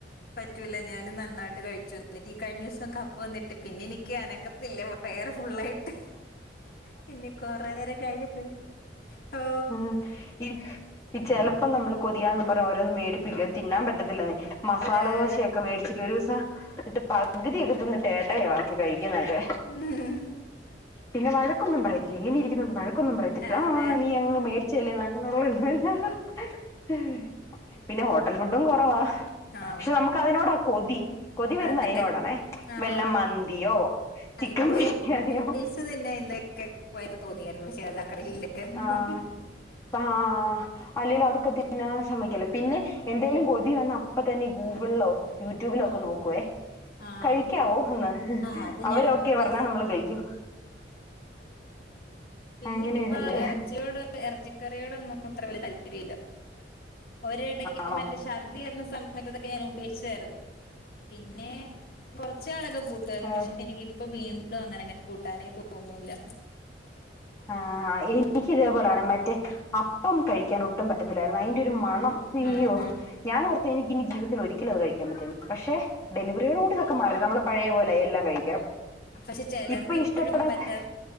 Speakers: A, on the left (about 55°); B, on the left (about 15°).
A: പറ്റൂല ഞാന് നന്നായിട്ട് കഴിച്ചു ഇന്നിട്ട് ഈ കഴിഞ്ഞുസം കപ്പ ന്നിട്ട് പിന്നെ എനിക്ക് അനഗത്തില്ല വയറ് ഫുള്ളായിട്ട് പിന്നെ കൊറെ നേരം കഴിഞ്ഞപ്പഴ് ഓ
B: ആഹ ഈ ഈ ചെലപ്പം നമ്മള് കൊതിയാന്ന് പറഞ്ഞ് ഓരോന്നു മേടിപ്പിക്കേ തിന്നാൻ പറ്റത്തില്ലന്നേ മസാല
A: ഏഹ്
B: ദോശയൊക്കെ മേടിച്ചിട്ട് ഒരുസം ഇട്ട് പകതിക്കെ തിന്ന്ട്ടേ ഏട്ടായാ ബാക്കി കഴിക്ക്ന്നൊക്കെ
A: <inaudible>
B: പിന്നെ വഴക്കൊന്നും പറയത്തില്ല ഇങ്ങനെ ഇരിക്ക്ന്നൊണ്ട് വഴക്കൊന്നും പറയത്തില്ല
A: അതെ
B: ആഹ നീ അങ്ങ് മേടിചെല്ലേ വാങ്ങ് <unintelligible> പിന്നെ ഹോട്ടൽ ഫുഡും കൊറവാ
A: ആഹ്
B: ക്ഷേ നമ്മക്ക് അതിനോട കൊതി. കൊതി വരുന്ന
A: അതെ
B: അയ്നോടണെ
A: ആഹ്
B: വെല്ല മന്തിയോ ചിക്കൻ
A: ആഹ് ഇപ്പൊ
B: ബിരിയാണിയോ
A: നൂഡിൽസ് തിന്നാൻ ഇന്നക്കെ പോയപ്പോ തോന്നിയാര്ന്നു പക്ഷെ അതാ ആ കടയിലില്ലായിരുന്നു.
B: ആഹ് ആ അല്ലേല്ലോ അതൊക്കെ തിന്നാൻ സമ്മയ്ക്കേല്ല. പിന്നെ എന്തേലും കൊതി വന്ന അപ്പ തന്നെ ഈ ഗൂഗിൾലോ യൂട്യൂബിലൊക്കെ
A: ആ കടയിലില്ലായിരുന്നു ആഹ്
B: നോക്കുവേ
A: ആഹ്
B: കയി ക്കാവോന്ന്
A: ആഹ് അത്
B: അവരൊക്കെ
A: ഞാനും അതെ
B: പറഞ്ഞാ നമ്മള് കഴിക്കും.
A: പിന്നെയിപ്പ
B: അങ്ങനെയൊരിത്
A: ഇറച്ചിയോട് ഇറച്ചിക്കറിയോടൊന്നും അത്ര വല്യ താല്പര്യ ഇല്ല. ഒരിടയ്ക്ക്
B: ആണോ
A: മറ്റേ ഛർദ്ദിയാരുന്ന സമയത്തോക്കെ ഞാൻ ഉപേക്ഷിച്ചായിരുന്നു. പിന്നെ കൊറച്ച് നാളൊക്കെ കൂട്ടുവാ രുന്നു. പക്ഷെ
B: ആഹ്
A: എനിക്കിപ്പ വീ ണ്ട് അങ്ങനെനനന്നേ കൂട്ടാന തോന്നൂല്ല.
B: ആ എനിക്ക് ഇതേപോലാണ് മറ്റേ അപ്പം കഴിക്കാൻ ഒട്ടും പറ്റത്തില്ലായിരുന്നു അയ്ന്റെ ഒ ഒരു മണം അയ്യോ
A: ആഹ്
B: ഞാനോർത്തെ എനിക്കിനി ജീവിതത്തിൽ ഒരിക്ക ലും അത് കഴിക്കാൻ പറ്റില്ലാന്ന്. പക്ഷെ ഡെലിവറിയോടുകുടി ഇതൊക്കെ മാറി നമ്മള് പഴയപോലെയായി എല്ലാം കഴിക്കാം.
A: ക്ഷെ ചിലർക്ക്
B: ഇപ്പൊ
A: ഇപ്പോഴും
B: ഇഷ്ടപ്പെടാത്ത
A: പറ്റാ